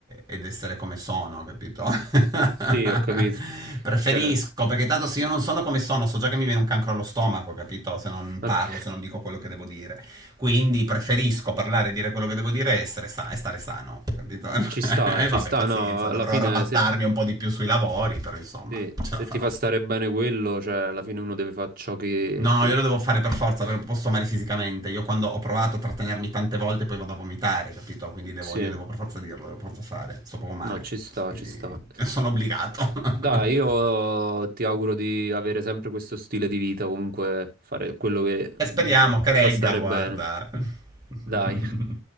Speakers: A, on the right; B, on the right.
A: e, ed essere come sono, capito? <laughs>
B: Sì, ho capito.
A: Preferisco,
B: Cioè,
A: perché tanto se io non sono come sono, so già che mi viene un cancro allo stomaco, capito? Se non
B: ok,
A: parlo, se non dico quello che devo dire. Quindi preferisco parlare e dire quello che devo dire e, essere sa- e stare sano, capito? E
B: Ci sta, ci
A: <laughs> eh, vabbè,
B: sta,
A: pazienza,
B: no, alla
A: dovrò
B: fine
A: arrabattarmi
B: se,
A: un po' di più sui lavori, però insomma,
B: sì,
A: ce
B: se
A: la farò.
B: ti fa stare bene quello, cioè alla fine uno deve fare ciò che,
A: No,
B: che...
A: io lo devo fare per forza perché non posso male fisicamente. Io quando ho provato a trattenermi tante volte poi vado a vomitare, capito? Quindi devo,
B: Sì,
A: io devo per forza dirlo, devo per forza fare. Sto proprio male.
B: no, ci sta,
A: Quindi
B: ci sta.
A: sono obbligato.
B: Dai, io
A: <laughs>
B: ti auguro di avere sempre questo stile di vita, comunque fare quello che
A: e speriamo
B: mm,
A: che
B: ti
A: regga,
B: fa stare
A: guarda.
B: bene.
A: <laughs>
B: Dai.